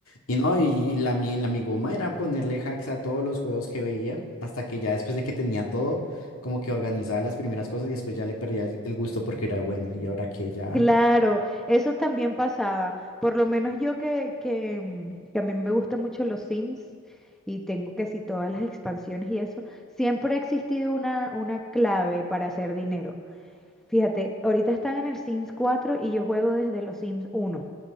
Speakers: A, on the left; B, in the centre.
A: y no, y la, mi- la mi goma era ponerle hacks a todos los juegos que veía, hasta que ya después de que tenía todo, como que organizaba las primeras cosas y después ya le perdía el el gusto porque era bueno, y ahora que ya,
B: Claro, eso también pasaba. Por lo menos yo que, que, mm, que a mí me gustan mucho los Sims y tengo que si todas las expansiones y eso, siempre ha existido una, una clave para hacer dinero. Fíjate, ahorita están en el Sims cuatro y yo juego desde los Sims uno